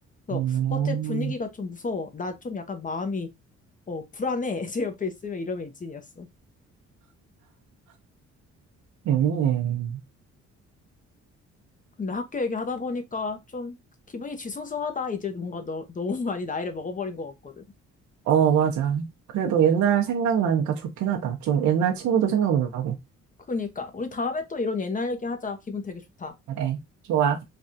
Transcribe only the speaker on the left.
그래서
어째 분위기가 좀 무서워. 나 좀 약간 마음이 어, 불안해. <laughs> 제 옆에 있으면 이러면 일진이었어.
근데 학교 얘기하다 보니까 좀 기분이 뒤숭숭하다. 이제 뭔가 너, 너무 <laughs> 많이 나이를 먹어버린 것 같거든.
그니까. 우리 다음에 또 이런 옛날 얘기하자. 기분 되게 좋다.